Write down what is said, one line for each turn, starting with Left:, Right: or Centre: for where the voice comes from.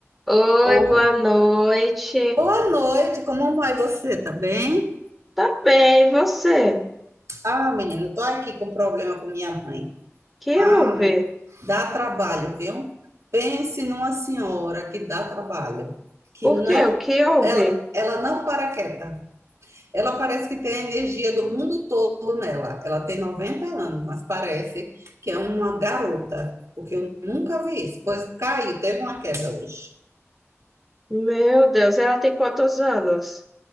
Centre: Oi,
Right: Ô,
Centre: boa noite.
Right: Boa noite, como vai você? Tá bem?
Centre: Tá bem, e você?
Right: Ah, menino, tô aqui com problema com minha mãe.
Centre: Que
Right: Ai,
Centre: houve?
Right: dá trabalho, viu? Pense numa senhora que dá trabalho, que
Centre: Por
Right: não,
Centre: quê? O que houve?
Right: ela, ela não para quieta. Ela parece que tem a energia do mundo todo nela. Ela tem 90 anos, mas parece que é uma garota, porque eu nunca vi isso. Pois caiu, teve uma queda hoje.
Centre: Meu Deus, ela tem quantos anos?